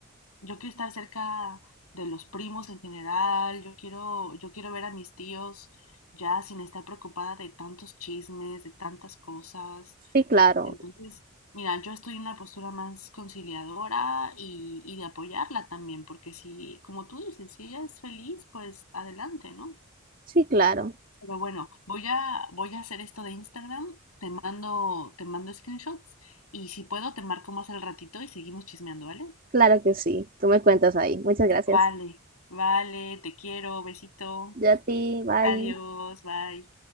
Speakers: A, on the left; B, on the right.
A: Yo quiero estar cerca de los primos en general, yo quiero, yo quiero ver a mis tíos ya sin estar preocupada de tantos chismes, de tantas cosas.
B: Sí, claro,
A: Entonces, mira, yo estoy en una postura más conciliadora y, y de apoyarla también, porque si, como tú dices, si ella es feliz, pues adelante, ¿no?
B: sí, claro,
A: Pero bueno, voy a, voy a hacer esto de Instagram, te mando, te mando screenshots y si puedo te marco más al ratito y seguimos chismeando, ¿vale?
B: claro que sí. Tú me cuentas ahí. Muchas gracias.
A: Vale, vale, te quiero, besito,
B: Ya a ti, bye.
A: adiós, bye.